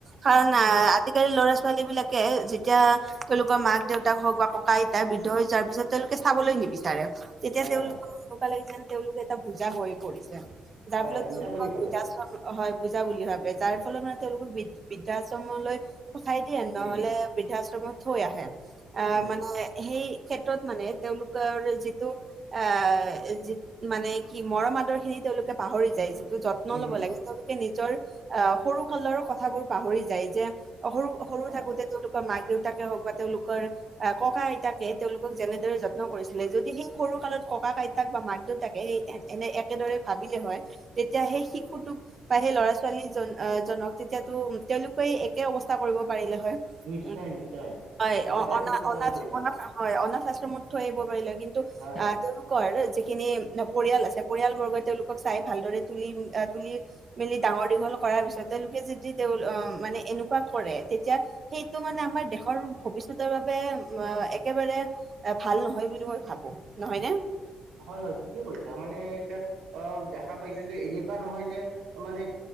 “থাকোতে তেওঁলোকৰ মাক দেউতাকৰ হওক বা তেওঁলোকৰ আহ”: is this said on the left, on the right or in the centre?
Right